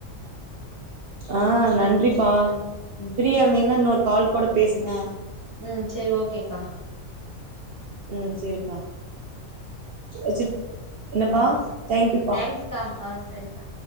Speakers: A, on the right; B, on the left.
A: அ நன்றிப்பா
B: ம்
A: ஃப்ரீயா இருந்தீங்ன்னா இன்னொரு கால் கூட பேசுங்க
B: ம் சேரி ஓகேக்கா
A: ம் சேரிப்பா வச்சு என்னப்பா
B: ஆஹ்
A: தேங்க்யூப்பா
B: தேங்க்ஸ்கா ஆஹ் சரிக்கா